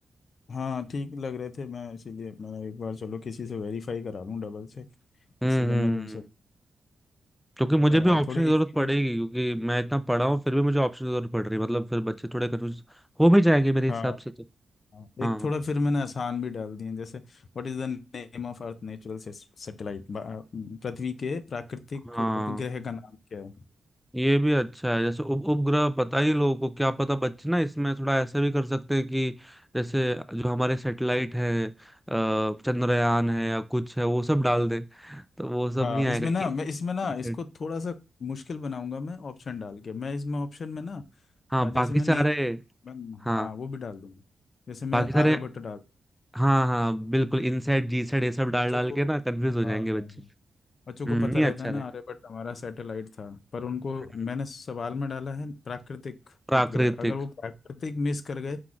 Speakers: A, on the left (about 65°); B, in the centre.
A: हाँ ठीक लग रहे थे मैं इसीलिए मैंने एक बार चलो किसी से वेरीफाई करा लूँ डबल चेक
B: हम्म
A: इसीलिए
B: हम्म
A: मैं तुमसे
B: हम्म। क्योंकि
A: अ,
B: मुझे भी ऑप्शन
A: थोड़े
B: की जरूरत
A: इसी
B: पड़ेगी
A: भी
B: क्योंकि मैं इतना पढ़ा हूँ फिर भी मुझे ऑप्शन की जरूरत पड़ रही है मतलब फिर बच्चे थोड़े कंफ्यूज हो भी जाएंगे मेरे हिसाब
A: हाँ
B: से तो
A: हाँ।
B: हाँ
A: एक थोड़ा फिर मैंने आसान भी डाल दिए हैं, जैसे what is the name of earth natural satellite पृथ्वी के प्राकृतिक
B: हाँ
A: उपग्रह का नाम क्या है
B: ये भी अच्छा है जैसे उप उपग्रह पता ही लोगों को क्या पता बच्चे ना इसमें थोड़ा ऐसा भी कर सकते हैं कि जैसे जो हमारे सैटेलाइट है अ, चंद्रयान है या कुछ है वो सब डाल दे तो वो सब
A: हाँ
B: नहीं आएगा
A: इसमें
B: इन,
A: ना मैं इसमें ना इसको
B: इन,
A: थोड़ा सा मुश्किल बनाऊंगा मैं ऑप्शन डाल के मैं इसमें ऑप्शन में ना
B: हाँ
A: अ, जैसे
B: बाकी
A: मैं
B: सारे
A: नेम मैं
B: हाँ
A: हाँ वो भी डाल दूंगा जैसे मैं
B: बाकी सारे
A: आर्यभट्ट डाल
B: हाँ हाँ बिल्कुल इनसाइड जी साइड
A: क्योंकि
B: ये सब डाल
A: बच्चों
B: डाल
A: को
B: के ना कंफ्यूज हो जाएंगे
A: हाँ
B: बच्चे
A: हाँ हाँ बच्चों
B: हम्म
A: को पता
B: नहीं
A: रहता
B: अच्छा
A: है
B: रहेगा
A: ना अरे बट हमारा सैटेलाइट था पर उनको
B: हम्म,
A: मैंने सवाल में डाला है प्राकृतिक
B: प्राकृतिक
A: उपग्रह अगर वो प्राकृतिक मिस कर गए